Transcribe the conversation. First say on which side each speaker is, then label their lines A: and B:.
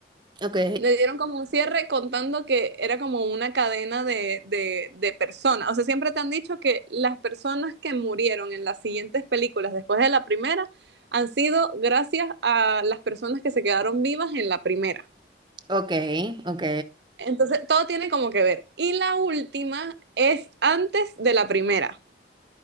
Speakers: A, on the right; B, on the right.
A: ok,
B: le dieron como un cierre contando que era como una cadena de, de, de personas. O sea, siempre te han dicho que las personas que murieron en las siguientes películas después de la primera han sido gracias a las personas que se quedaron vivas en la primera.
A: ok, ok.
B: Entonces, todo tiene como que ver. Y la última es antes de la primera.